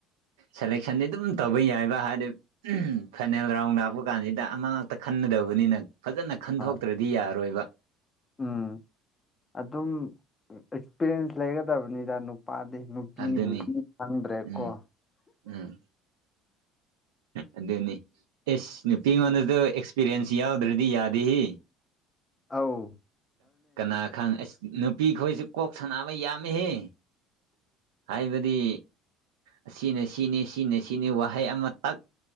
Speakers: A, on the right; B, on the left.
A: ꯁꯦꯂꯦꯛꯁꯟꯗꯤ ꯑꯗꯨꯝ ꯇꯧꯕ ꯌꯥꯏꯑꯕ ꯍꯥꯏꯗꯤ ꯐꯥꯏꯅꯦꯜ ꯔꯥꯎꯟ ꯂꯥꯛꯄ ꯀꯥꯟꯁꯤꯗ ꯑꯃꯥꯡ ꯉꯥꯛꯇ ꯈꯟꯅꯗꯕꯅꯤꯅ ꯐꯖꯅ ꯈꯟꯗꯣꯛꯇ꯭ꯔꯗꯤ
B: ꯑ-
A: ꯌꯥꯔꯣꯏꯕ
B: ꯎꯝ ꯑꯗꯨꯝ ꯑꯦꯛꯁꯄꯤꯔꯤꯌꯦꯟꯁ ꯂꯩꯒꯗꯕꯅꯤꯗ ꯅꯨꯄꯥꯗꯤ ꯅꯨꯄꯤꯕꯨꯗꯤ
A: ꯑꯗꯨꯅꯤ
B: ꯈꯪꯗ꯭ꯔꯦꯀꯣ
A: ꯎꯝ ꯎꯝ ꯑꯗꯨꯅꯤ ꯑꯦꯁ ꯅꯨꯄꯤꯉꯣꯟꯗꯁꯨ ꯑꯦꯛꯁꯄꯤꯔꯤꯌꯦꯟꯁ ꯌꯥꯎꯗ꯭ꯔꯗꯤ ꯌꯥꯗꯤꯦ ꯍ
B: ꯑꯥꯎ
A: ꯀꯅꯥ ꯈꯪ ꯑꯁ ꯅꯨꯄꯤ ꯈꯣꯏꯁꯨꯦ ꯀꯣꯛ ꯁꯥꯟꯅꯕ ꯌꯥꯝꯃꯤꯍ ꯍꯥꯏꯕꯗꯤ ꯑꯁꯤꯅ ꯁꯤꯅꯤ ꯁꯤꯅ ꯁꯤꯅꯤ ꯋꯥꯍꯩ ꯑꯃꯇꯛ